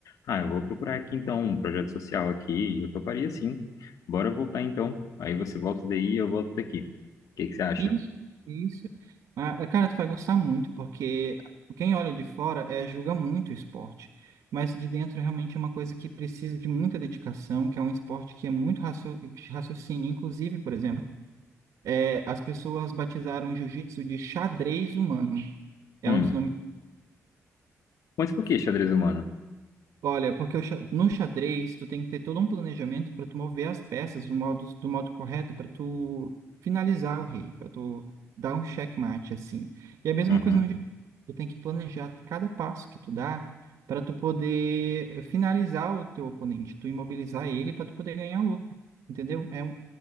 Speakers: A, on the left; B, on the right.
A: Ah, eu vou procurar aqui então um projeto social aqui e eu toparia sim. Bora voltar então. Aí você volta daí e eu volto daqui. O que que você acha?
B: Isso, isso. Ah, ah, cara, tu vai gostar muito, porque quem olha de fora é, julga muito o esporte, mas de dentro realmente é uma coisa que precisa de muita dedicação, que é um esporte que é muito racio- de raciocínio. Inclusive, por exemplo, é, as pessoas batizaram o jiu-jitsu de xadrez humano. É
A: Hum.
B: um dos nomes
A: Mas por que xadrez humano?
B: Olha, porque o xa- no xadrez tu tem que ter todo um planejamento para tu mover as peças do modo, do modo correto para tu finalizar o rei, para tu dar um checkmate assim. E a mesma
A: Uhum.
B: coisa no jogo. Tu tem que planejar cada passo que tu dá para tu poder eh, finalizar o teu oponente, tu imobilizar ele para tu poder ganhar a luta, entendeu? É um-